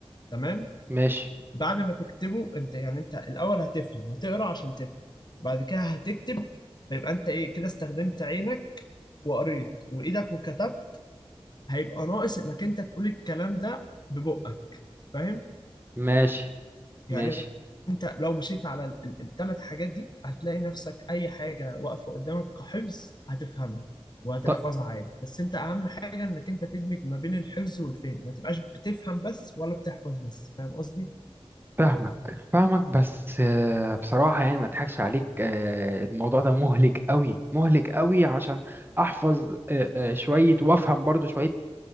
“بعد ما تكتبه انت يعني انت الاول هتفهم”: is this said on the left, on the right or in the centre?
Left